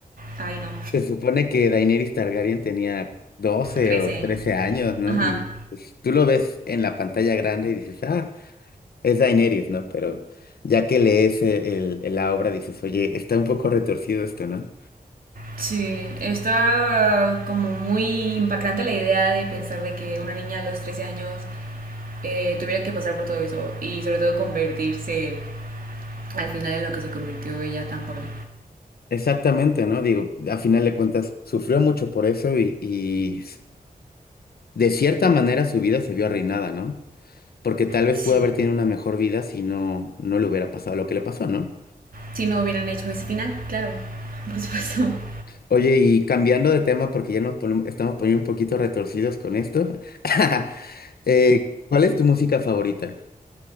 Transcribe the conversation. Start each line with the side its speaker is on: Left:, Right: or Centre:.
Right: Ay, no,
Left: Se supone que Daenerys Targaryen tenía 12
Right: trece
Left: o 13 años, ¿no?
Right: Ajá.
Left: Y pues, tú lo ves en la pantalla grande y dices, ah, es Daenerys, ¿no? Pero ya que lees eh, el, el- la obra dices, oye, está un poco retorcido esto, ¿no?
Right: Sí, está como muy impactante la idea de pensar de que una niña a los 13 años eh, tuviera que pasar por todo eso y sobre todo convertirse al final en lo que se convirtió ella tan joven.
Left: Exactamente, ¿no? Digo, a final de cuentas, sufrió mucho por eso y, y s- de cierta manera su vida se vio arruinada, ¿no? Porque tal vez
Right: Sí.
Left: pudo haber tenido una mejor vida si no, no le hubiera pasado lo que le pasó, ¿no?
Right: si no hubieran hecho ese final, claro, por supuesto. <laughs>
Left: Oye, y cambiando de tema, porque ya nos ponemos- estamos poniendo un poquito retorcidos con esto, <laughs> eh, ¿cuál es tu música favorita?